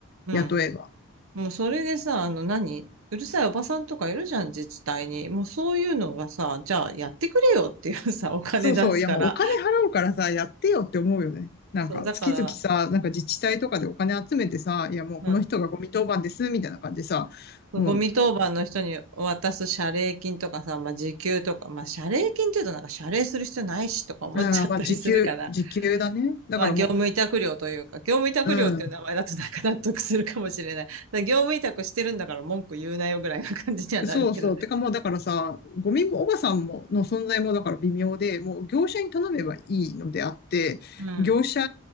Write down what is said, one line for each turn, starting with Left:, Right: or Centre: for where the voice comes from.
Right: う。
Left: 雇えば。
Right: うん。もうそれでさ、あの何、うるさいおばさんとかいるじゃん、自治体に。もうそういうのがさ、じゃあやってくれよっていうさ、お金出すから。
Left: そうそう。いやもうお金払うからさ、やってよって思うよね。なんか、
Right: そう、だから、
Left: 月々さ、なんか自治体とかでお金集めてさ、いやもうこの人がゴミ当番です、
Right: うん。
Left: みたいな感じでさ、
Right: ゴミ当番の人に渡す謝礼金とかさ、
Left: もう
Right: まあ、時給とか、まあ、謝礼金って言うとなんか謝礼する必要ないしとか思っちゃったりするから、
Left: うん、まあ、時給、時給だね。だからも
Right: まあ、業務委託料というか、業務委託料っていう名前だとなんか納得するかもしれない。
Left: う、うん、
Right: だから業務委託してるんだから文句言うなよぐらいな感じにはなるけどね。
Left: そうそう。てかもう、だからさ、ゴミもおばさんもの存在もだから微妙で、もう業者に頼めばいいのであって、
Right: うん。
Left: 業者